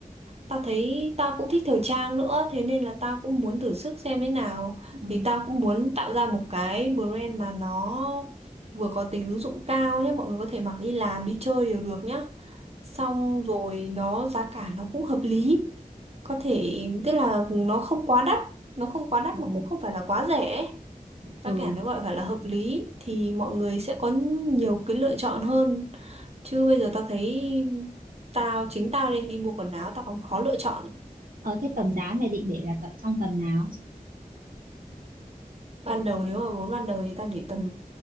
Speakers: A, on the right; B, on the right.
A: tao thấy tao cũng thích thời trang nữa thế nên là tao cũng muốn thử sức xem thế nào
B: ừ.
A: thì tao cũng muốn tạo ra một cái brand mà nó vừa có tính ứng dụng cao nhé mọi người có thể mặc đi làm đi chơi đều được nhá xong rồi nó giá cả nó cũng hợp lý có thể tức là nó không quá đắt nó không quá đắt
B: Ờ,
A: mà cũng không phải là quá rẻ ấy. giá
B: ừ.
A: cả nó gọi phải là hợp lý thì mọi người sẽ có nhiều cái lựa chọn hơn chứ bây giờ tao thấy tao chính tao đi đi mua quần áo tao còn khó lựa chọn ấy.
B: Ờ, thế tầm giá này định để là tầm- trong tầm nào?
A: ban đầu nếu mà vốn ban đầu thì tao để tầm